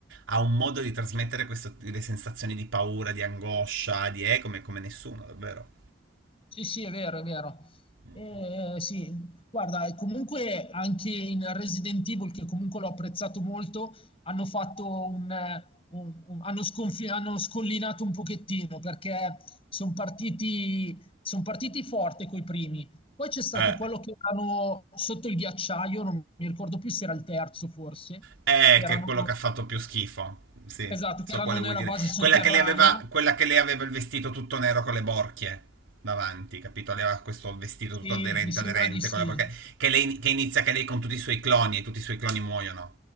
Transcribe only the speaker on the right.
ha un modo di trasmettere queste le sensazioni di paura, di angoscia, di eh, come, come nessuno, davvero.
Mm.
Eh.
Eh,
che è quello che ha fatto più schifo. Sì,
so
quale
vuoi dire.
Quella che lei aveva, quella che lei aveva il vestito tutto nero con le borchie davanti, capito? Lei aveva questo vestito
tutto aderente,
aderente
con le borchie. Che, lei, che inizia che lei con tutti i suoi cloni e tutti i suoi cloni muoiono